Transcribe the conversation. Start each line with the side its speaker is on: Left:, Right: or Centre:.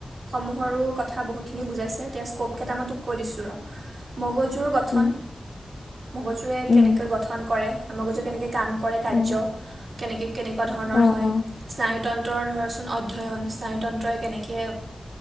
Right: সমূহৰো কথা বহুতখিনি বুজাইছে এতিয়া স্ক'প কেইটামান তোক কৈ দিছোঁ ৰ'। মগজুৰ গঠন।
Left: উম
Right: মগজুৱে কেনেকৈ
Left: উম
Right: গঠন কৰে, মগজুৱে কেনেকে কাম কৰে, কাৰ্য
Left: উম
Right: কেনেকে কেনেকুৱা ধৰণৰ
Left: অ
Right: হয়।
Left: অ
Right: স্নায়তন্ত্ৰৰ ধৰচোন অধ্যয়ন স্নায়তন্ত্ৰই কেনেকে